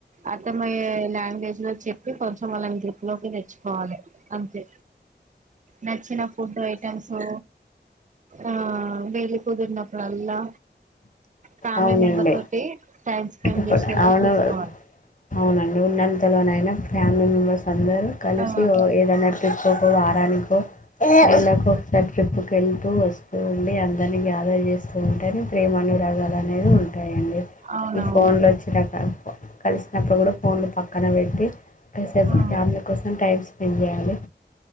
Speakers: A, on the right (about 45°); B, on the left (about 45°).
A: అర్థమయ్యే లాంగ్వేజ్ లో చెప్పి కొంచెం ఆళన్ గ్రిప్ లోకి తెచ్చుకోవాలె అంతే నెక్స్ ఫుడ్ ఐటమ్సూ ఆ వీలు కుదిరినప్పుడల్లా ఫ్యామిలీ
B: అవునండి
A: మెంబర్ తోటి టైమ్ స్పెండ్
B: ఇప్పుడు
A: చేసేలా
B: అవును
A: చూసుకోవాలి
B: అవునండి ఉన్నంతలోనైనా ఫ్యామిలీ మెంబెర్స్ అందరు కలిసి
A: ఆ
B: ఓ ఏదైనా ట్రిప్ కో వారానికో ఎలకి ఒకసారి ట్రిప్ కు వెళ్తూ వస్తూ ఉండి అందరి గ్యాదర్ చేసుకుంటేనే ప్రేమ అనురాగాలు అనేవి ఉన్ టయండి
A: అవునవును
B: ఈ ఫోన్లు ఒచ్చినాక ప కలిసినప్పుడు గూడా ఫోన్లు పక్కన వెట్టి కాసేపు
A: ఆ
B: ఫ్యామిలీ కోసం టైం స్పెండ్ జేయాలి